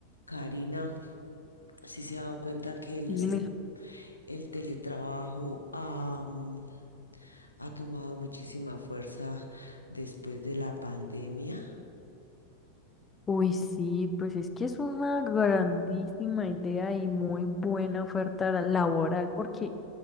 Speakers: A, on the left; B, on the left.
A: Karina, si se ha dado cuenta que el,
B: me
A: el teletrabajo ha, mm, ha tomado muchísima fuerza después de la pandemia.
B: Uy, sí, pues es que es una grandísima idea y muy buena oferta la- laboral porque